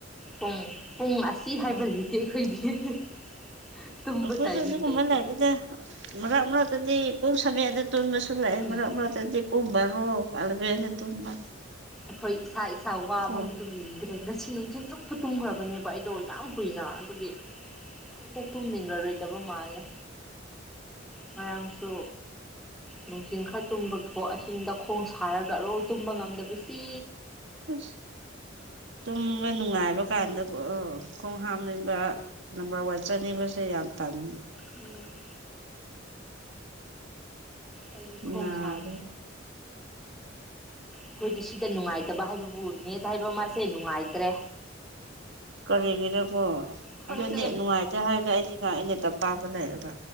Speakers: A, in the centre; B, on the right.
A: ꯄꯨꯡ ꯄꯨꯡ ꯑꯁꯤ ꯍꯥꯏꯕ
B: ꯑꯣ
A: ꯂꯩꯇꯦ ꯑꯩꯈꯣꯏꯒꯤ <unintelligible> ꯇꯨꯝꯕ
B: ꯑꯩꯈꯣꯏꯁꯨ
A: ꯇꯥꯏꯃꯤꯡ
B: ꯑꯗꯨꯒꯨꯝꯕ
A: ꯂꯩꯇꯦ
B: ꯂꯩꯇꯦꯗ ꯃꯔꯛ ꯃꯔꯛꯇꯗꯤ ꯄꯨꯡ ꯁꯕꯦꯟꯗ ꯇꯨꯝꯕꯁꯨ ꯂꯩꯌꯦ
A: ꯎꯝ
B: ꯃꯔꯛ ꯃꯔꯛꯇꯗꯤ ꯄꯨꯡ ꯕꯥꯔꯣ ꯑꯂꯕꯦꯟꯗ ꯇꯨꯝꯕ
A: ꯑꯈꯣꯏ ꯏꯁꯥ ꯏꯁꯥ ꯋꯥꯕ
B: ꯑꯣ
A: ꯃꯇꯨꯡ ꯏꯟꯒ ꯉꯁꯤ ꯅꯨꯡꯊꯤꯟ ꯆꯨꯞꯄ ꯇꯨꯝꯈ꯭ꯔꯕꯅꯦꯕ ꯑꯩꯗꯣ ꯌꯥꯝ ꯀꯨꯏꯅ ꯑꯗꯨꯒꯤ ꯈꯪꯗꯦ ꯇꯨꯝꯅꯤꯡꯂꯔꯣꯏꯗꯕ ꯃꯥꯜꯂꯦ ꯉꯔꯥꯡꯁꯨ ꯅꯨꯡꯊꯤꯟ ꯈꯔ ꯇꯨꯝꯕꯒꯤꯀꯣ ꯑꯍꯤꯡꯗ ꯈꯣꯡ ꯁꯥꯔꯒ <unintelligible> ꯇꯨꯝꯕ ꯉꯝꯗꯕꯁꯤ
B: ꯑꯁ ꯇꯨꯝꯕ ꯅꯨꯡꯉꯥꯏꯕ ꯀꯥꯟꯗꯀꯣ ꯈꯣꯡ ꯍꯥꯝꯅꯤꯡꯕ ꯅꯝꯕꯔ ꯋꯥꯟ ꯆꯠꯅꯤꯡꯕꯁꯦ ꯌꯥꯝ ꯇꯟꯂꯦ
A: ꯎꯝ ꯑꯩꯒꯤ ꯈꯣꯡ
B: ꯅꯥꯗꯣꯏꯅꯤ
A: ꯁꯥꯏ ꯑꯈꯣꯏꯗꯤ ꯁꯤꯗ ꯅꯨꯡꯉꯥꯏꯇꯕ ꯍꯥꯏꯕꯕꯨ ꯅꯦꯠ ꯍꯥꯏꯕ ꯃꯥꯁꯦ ꯅꯨꯡꯉꯥꯏꯇ꯭ꯔꯦ
B: ꯀꯔꯤꯒꯤꯔꯀꯣ
A: ꯈꯪꯗꯦ
B: ꯑꯗꯨꯅꯦ ꯅꯨꯡꯉꯥꯏ ꯇꯦ ꯍꯥꯏꯔꯒ ꯑꯩꯗꯤ <unintelligible> ꯑꯩꯅ ꯇꯝꯄꯥꯝꯇ ꯂꯩꯔꯒ